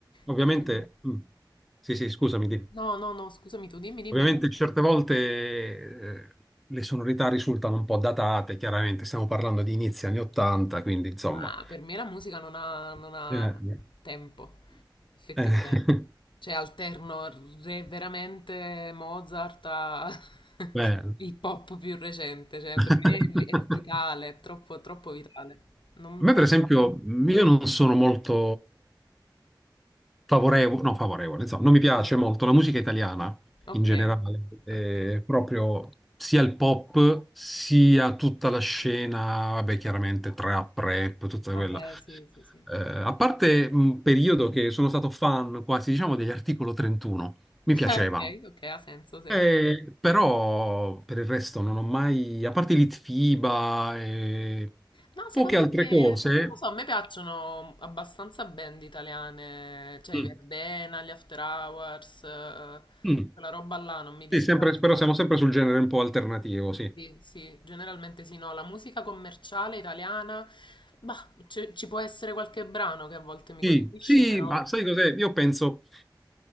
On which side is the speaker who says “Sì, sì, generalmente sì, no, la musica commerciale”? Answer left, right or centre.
Left